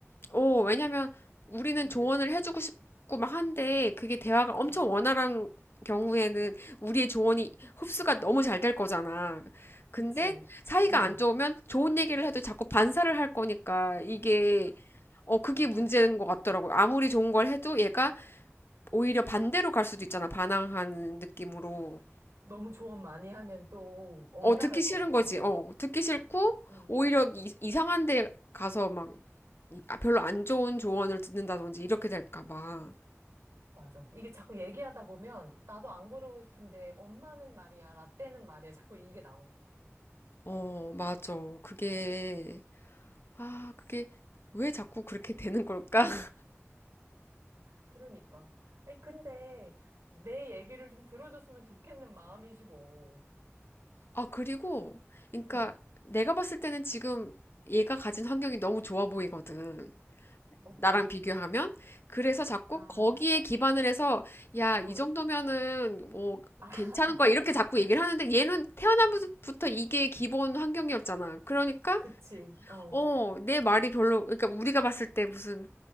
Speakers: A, on the left; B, on the right.
A: 어, 왜냐면 우리는
B: 응.
A: 조언을 해주고 싶고 막 한데 그게 대화가
B: 어.
A: 엄청 원활한 경우에는 우리의 조언이 흡수가 너무 잘 될 거잖아. 근데
B: 그치.
A: 사이가
B: 응.
A: 안 좋으면 좋은 얘기를 해도 자꾸 반사를 할 거니까 이게 어, 그게
B: 맞아.
A: 문제인 것 같더라고요. 아무리 좋은 걸 해도 얘가 오히려 반대로 갈 수도 있잖아. 반항하는 느낌으로.
B: 너무 조언 많이 하면 또 엇나갈
A: 어, 듣기 싫은
B: 것 같아서.
A: 거지. 어, 듣기 싫고,
B: 음,
A: 오히려 이, 이상한 데 가서 막 이- 아, 별로 안 좋은 조언을 듣는다든지 이렇게 될까 봐.
B: 맞아. 이게 자꾸 얘기하다 보면 나도 안 고르고 싶은데 엄마는 말이야, 라떼는 말이야. 자꾸 이게 나와.
A: 어, 맞아. 그게, 아, 그게 왜 자꾸 그렇게 되는 걸까? <laughs>
B: 그러니까. 아니, 근데 내 얘기를 좀 들어줬으면 좋겠는 마음이지 뭐.
A: 아, 그리고, 그러니까
B: 음.
A: 내가 봤을 때는 지금 얘가 가진 환경이 너무 좋아 보이거든.
B: 어떤?
A: 나랑 비교하면. 그래서 자꾸
B: 아,
A: 거기에 기반을 해서, 야, 이
B: 어.
A: 정도면은 뭐
B: 아,
A: 괜찮은 거야. 이렇게 자꾸 얘기를 하는데 얘는 태어나부터 이게 기본 환경이었잖아. 그러니까,
B: 그치. 어.
A: 어, 내 말이 별로, 그러니까 우리가 봤을 때 무슨